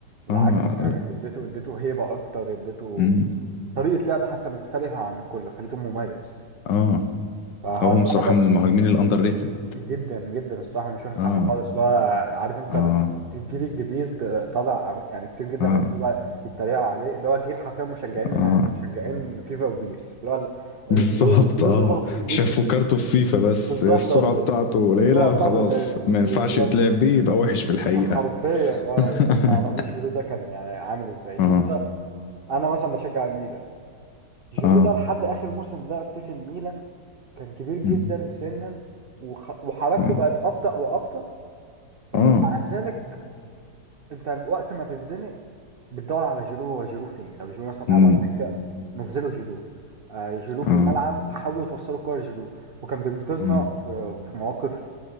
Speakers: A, on the right; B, on the left.
A: بالعكس
B: اه
A: يعني اديته اديته هيبه اكتر اديته
B: امم
A: طريقه لعب حتى مختلفه عن الكل خليته مميز
B: اه
A: فهو
B: هو
A: صراحه
B: بصراحة من المهاجمين الاندر ريتد
A: جدا جدا الصراحه مش واخد
B: اه
A: حقه خالص اللي هو عارف انت
B: اه
A: ال- الجيل الجديد آه، طالع يعني كتير جدا
B: اه
A: بيقعدوا بقى يتريقوا عليه اللي هو جيل حرفيا مشجعين
B: اه
A: مشجعين فيفا وبيس اللي هو ال-
B: بالظبط
A: جيرو جيرو
B: اه
A: ده بطيء جدا
B: شافوا كارته في فيفا بس
A: بالظبط
B: السرعة
A: اصل
B: بتاعته قليلة
A: السرعه بتاعته
B: خلاص
A: قليله
B: ما
A: بالظبط
B: ينفعش يتلعب بيه يبقى وحش في الحقيقة
A: حرفيا اه
B: <laughs>
A: بالظبط ما اعرفوش جيرو ده كان يعني عامل ازاي جيرو
B: اه
A: ده انا مثلا بشجع الميلان جيرو
B: اه
A: ده لحد اخر موسم لعب فيه في الميلان كان كبير جدا
B: مم.
A: سنا وخ... وحركته
B: اه
A: بقت ابطأ وابطأ بس
B: اه
A: مع ذلك انت وقت ما تتزنق بتدور على جيرو هو جيرو فين لو جيرو مثلا
B: <clears throat>
A: قاعد على الدكه نزلوا جيرو آه جيرو في
B: اه
A: الملعب حاولوا توصلوا الكوره لجيرو وكان بينقذنا
B: اه
A: في, في مواقف